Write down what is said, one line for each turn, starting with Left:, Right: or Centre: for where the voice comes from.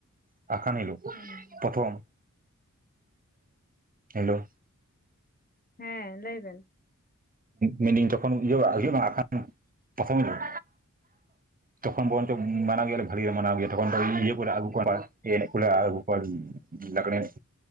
Right: ᱟᱠᱷᱟᱱ ᱦᱤᱞᱚᱜ
Left: ᱦᱩᱸ
Right: ᱯᱚᱨᱛᱷᱚᱢ ᱦᱮᱞᱳ
Left: ᱦᱮᱸ ᱞᱟᱹᱭ ᱵᱮᱱ
Right: ᱢᱮᱱᱫᱟᱹᱧ ᱡᱚᱠᱷᱚᱱ ᱤᱭᱟᱹ ᱦᱩᱭᱩᱜᱼᱟ ᱟᱠᱷᱟᱱ ᱯᱨᱚᱛᱷᱚᱢ ᱦᱤᱞᱳᱜ
Left: ᱪᱮᱫ ᱦᱚᱸ ᱵᱟᱝ ᱟᱸᱡᱚᱢᱚᱜ ᱠᱟᱱᱟ
Right: ᱛᱚᱠᱷ ᱵᱚᱱᱪᱚ ᱢᱟᱱᱟᱣ ᱜᱮᱭᱟᱞᱮ ᱵᱷᱟᱹᱜᱤ ᱞᱮ ᱢᱟᱱᱟᱣ ᱜᱮᱭᱟ ᱛᱚᱠᱷᱚᱱ ᱫᱚ ᱤᱭᱟᱹ ᱠᱚᱞᱮ ᱟᱹᱜᱩ ᱠᱚᱣᱟ ᱮᱱᱮᱡ ᱠᱚᱞᱮ ᱟᱹᱜᱩ ᱠᱚᱣᱟ ᱞᱟᱝᱜᱽᱲᱮ ᱮᱱᱮᱡ